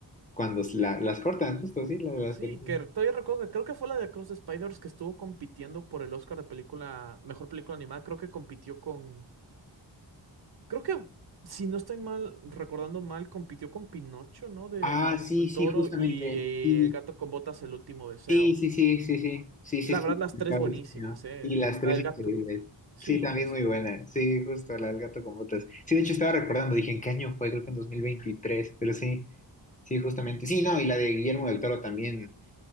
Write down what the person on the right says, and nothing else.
Sí,
que todavía recuerdo que creo que fue la de Across the Spider-Verse que estuvo compitiendo por el Oscar de película, mejor película animada, creo que compitió con Creo que, si no estoy mal, recordando mal, compitió con Pinocho, ¿no? De
Guillermo
del
Toro
y eh,
El gato con botas, El último deseo.
La
verdad, las
tres buenísimas,
¿eh?
La
del
gato, sí,
o sea,